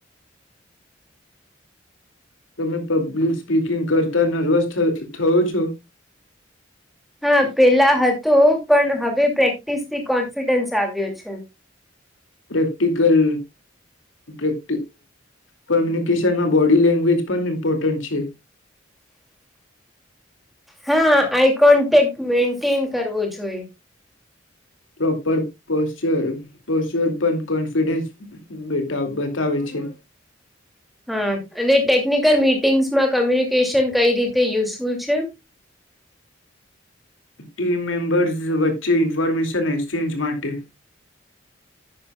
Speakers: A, on the left; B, in the centre.
A: તમે પબ્લિક સ્પીકિંગ કરતાં નર્વસ થવ થવો છો?
B: હા, પેલા હતું પણ હવે પ્રેક્ટિસ થી કોન્ફિડન્સ આવ્યો છે.
A: પ્રેક્ટિકલ પ્રેક કોમ્યુનિકેશનમાં બોડી લેંગ્વેજ પણ ઇમ્પોટન્ટ છે.
B: હા, આઈ કોન્ટેક્ટ મેન્ટેન કરવો જોઈ
A: પ્રોપર પોસ્ટુર પોચર પર કોન્ફિડન્સ બતાવે છે.
B: હા અને ટેકનિકલ મિટિંગ્સમાં કમ્યુન નિકેશન કઈ રીતે યુઝફુલ છે?
A: ટીમ મેમ્બર્સ વચ્ચે ઇન્ફોર્મેશન એક્સચેન્જ માટે